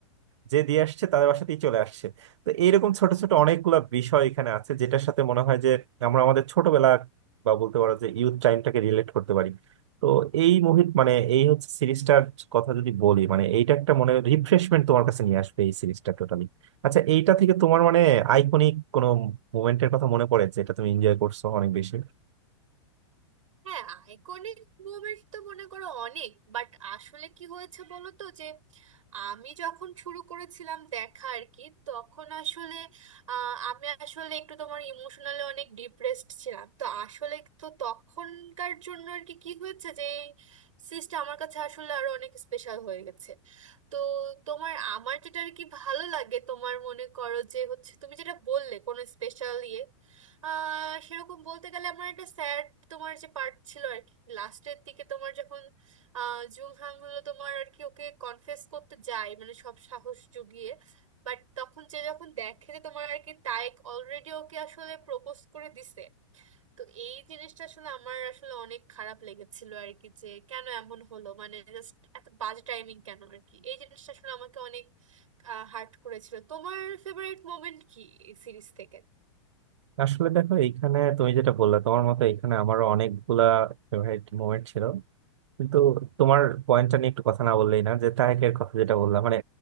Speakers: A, on the right; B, on the right.
A: যে দিয়ে আসছে তাদের বাসাতেই চলে আসছে তো এইরকম ছোট ছোট অনেকগুলা বিষয় এখানে আছে যেটার সাথে মনে হয় যে আমরা আমাদের ছোটবেলা বা বলতে পারো যে ইউথ টাইমটাকে রিলেট করতে পারি তো এই মুভির মানে এই হচ্ছে সিরিজটার কথা যদি বলি মানে এইটা একটা মনে রিফ্রেশমেন্ট তোমার কাছে নিয়ে আসবে এই সিরিজটা টোটালি আচ্ছা এইটা থেকে তোমার মানে আইকনিক কোনো মুভমেন্টের কথা মনে পড়ে যেটা তুমি এনজয় করছো অনেক বেশি
B: হ্যাঁ আইকনিক মোমেন্ট তো মনে করো অনেক বাট আসলে কি হয়েছে বলো তো যে আমি যখন শুরু করেছিলাম দেখা আর কি তখন আসলে আহ, আমি আসলে একটু তোমার ইমোশনালি অনেক ডিপ্রেসড ছিলাম তো আসলে তো তখনকার জন্য আর কি কি হয়েছে যে এই সিরিজটা আমার কাছে আসলে আরো অনেক স্পেশাল হয়ে গেছে তো তোমার আমার যেটা আর কি ভালো লাগে তোমার মনে করো যে হচ্ছে তুমি যেটা বললে কোনো স্পেশাল ইয়ে আহ সেরকম বলতে গেলে আমার একটা স্যাড তোমার যে পার্ট ছিল আর কি লাস্টের দিকে তোমার যখন আহ জুলহাং হলো তোমার আর কি ওকে কনফেস করতে যায় মানে সব সাহস জুগিয়ে বাট তখন যে যখন দেখে যে তোমার আর কি তায়েক অলরেডি ওকে আসলে প্রপোজ করে দিছে তো এই জিনিসটা আসলে আমার আসলে অনেক খারাপ লেগেছিল আর কি যে কেন এমন হলো মানে জাস্ট এত বাজে টাইমিং কেন আর কি এই জিনিসটা আসলে আমাকে অনেক হার্ট করেছিল তোমার ফেভারিট মোমেন্ট কি এই সিরিজ থেকে
A: আসলে দেখো এইখানে তুমি যেটা বললে তোমার মতো এইখানে আমারও অনেকগুলা ফেভারিট মোমেন্ট ছিল কিন্তু তোমার পয়েন্টটা নিয়ে একটু কথা না বললেই না যে তাহেকের কথা যেটা বললাম মানে